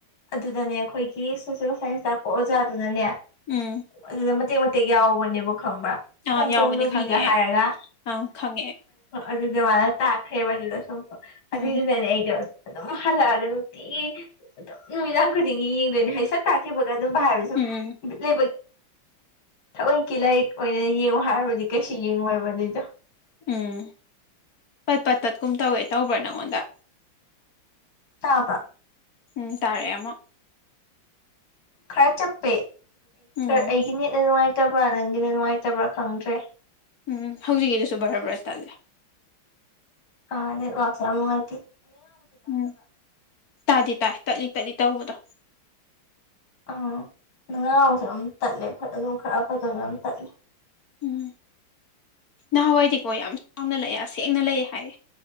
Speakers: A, on the left (about 85°); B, on the left (about 50°).
A: ꯑꯗꯨꯗꯅꯦ ꯑꯩꯈꯣꯏꯒꯤ ꯁꯣꯁꯦꯜ ꯁꯥꯏꯟꯁ ꯇꯥꯛꯄ ꯑꯣꯖꯥꯗꯨꯅꯅꯦ
B: ꯎꯝ
A: ꯑꯗꯨꯗ ꯃꯇꯦꯛ ꯌꯥꯎꯕꯅꯦꯕ ꯈꯪꯕ
B: ꯑꯥ
A: ꯈꯣꯡꯖꯣꯝ
B: ꯌꯥꯎꯕꯅꯤ
A: ꯅꯨꯕꯤꯒ
B: ꯈꯪꯉꯦ
A: ꯍꯥꯏꯔꯒ
B: ꯑꯩ ꯑꯪ ꯈꯪꯉꯦ
A: ꯑꯗꯨꯖꯨꯃꯥꯅ ꯇꯥꯈ꯭ꯔꯦꯕ ꯑꯗꯨꯗꯁꯨ ꯑꯃꯨꯛ
B: ꯎꯝ
A: ꯑꯗꯨꯒꯤꯅꯅꯦ ꯑꯩꯗꫭ ꯑꯗꯨꯝ ꯍꯜꯂꯛꯑꯒ ꯅꯨꯡꯇꯤ ꯑꯗꯨꯝ ꯅꯨꯃꯤꯗꯥꯡ ꯈꯨꯗꯤꯡꯒꯤ ꯌꯦꯡꯗꯣꯏꯅꯤ ꯍ ꯁꯠ ꯇꯥꯛꯈꯤꯕꯒ ꯑꯗꯨꯝ ꯍꯥꯏꯔ
B: ꯎꯝ
A: ꯂꯩ ꯊꯑꯣꯏꯒꯤ ꯂꯥꯏꯔꯤꯛ ꯑꯣꯏꯅ ꯌꯦꯡꯉꯨ ꯍꯥꯏꯔꯕꯗꯤ ꯀꯩꯁꯨ ꯌꯦꯡꯉꯨꯕ ꯑꯗꯨꯏꯗꯣ
B: ꯎꯝ ꯄꯠ ꯄꯠ ꯇꯠꯀꯨꯝ ꯇꯧꯋꯦ ꯇꯧꯕ꯭ꯔꯥ ꯅꯪꯉꯣꯟꯗ
A: ꯇꯥꯕ꯭ꯔ
B: ꯎꯝ ꯇꯥꯔꯛꯑꯦ ꯑꯃ
A: ꯀꯔꯆꯄꯦ
B: ꯎꯝ
A: ꯂꯩꯇꯕ꯭ꯔꯥ ꯅꯪꯒꯤꯅ ꯅꯨꯡꯉꯥꯏꯇꯕ꯭ꯔꯥ ꯈꯪꯗ꯭ꯔꯦ
B: ꯎꯝ ꯍꯧꯖꯤꯛꯀꯤꯗꯨꯁꯨ ꯕꯔꯥ ꯕꯔꯥ ꯇꯜꯂꯦ
A: ꯑ ꯋꯥꯥꯛꯃ ꯍꯥꯏꯥꯏꯇꯦ
B: ꯎꯝ ꯇꯥꯗꯤ ꯇꯥꯏ ꯇꯠꯂꯤ ꯇꯠꯂꯤ ꯇꯧꯕꯗꯣ
A: ꯑꯥ ꯃꯉꯥꯥꯎꯁꯨ ꯑꯗꯨꯝ ꯇꯠꯂꯦ ꯑꯗꯨꯝ ꯈꯔ ꯐꯖꯅ ꯑꯗꯨꯝ ꯇꯠꯂꯦ <inaudible>
B: ꯎꯝ ꯅꯍꯥꯟꯋꯥꯏꯗꯤꯀꯣ ꯌꯥꯝ ꯆꯥꯎꯅ ꯂꯩꯑꯦ ꯑꯁꯦꯡꯅ ꯂꯩꯑꯦ ꯍꯥꯏꯌꯦ